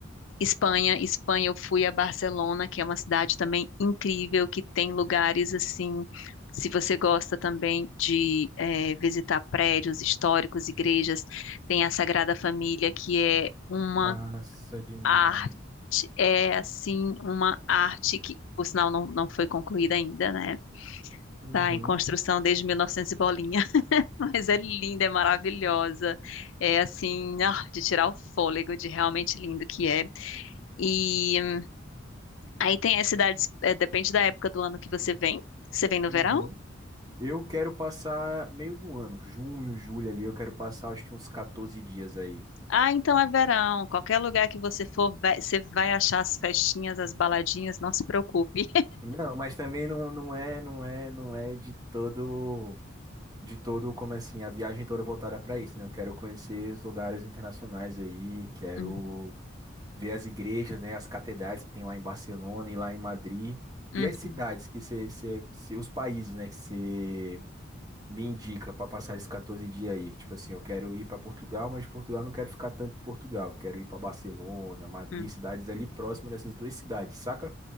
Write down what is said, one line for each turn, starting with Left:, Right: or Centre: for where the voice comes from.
Left: Espanha, Espanha eu fui a Barcelona, que é uma cidade também incrível, que tem lugares assim. Se você gosta também de é, visitar prédios históricos, igrejas, tem a Sagrada Família, que é uma
Right: Massa demais.
Left: arte, é assim, uma arte que, por sinal, não, não foi concluída ainda, né?
Right: Uhum,
Left: Tá em construção desde 1900 e novecentos e bolinha, <laughs> mas é linda, é maravilhosa. É assim, ah, de tirar o fôlego, de realmente lindo que é. E hum, aí tem as cidades, é, depende da época do ano que você vem. Você vem no
Right: uhum.
Left: verão?
Right: Eu quero passar meio do ano, junho, julho ali, eu quero passar acho que uns 14 dias aí.
Left: Ah, então é verão. Qualquer lugar que você for, vai- você vai achar as festinhas, as baladinhas, não se preocupe.
Right: Não, mas também não, não é, não é, não é de todo, de todo, como é assim, a viagem toda voltada para isso, né? Eu quero conhecer os lugares internacionais aí, quero
Left: <laughs>
Right: ver as igrejas, né, as catedrais que tem lá em Barcelona e lá em Madrid.
Left: Uhum,
Right: E as cidades
Left: uhum,
Right: que você, você- você- os países, né, que você me indica para passar esses 14 dias aí. Tipo assim, eu quero ir para Portugal, mas de Portugal eu não quero ficar tanto em Portugal. Eu quero ir para Barcelona, Madrid,
Left: uhum,
Right: cidades ali próximas dessas duas cidades, saca?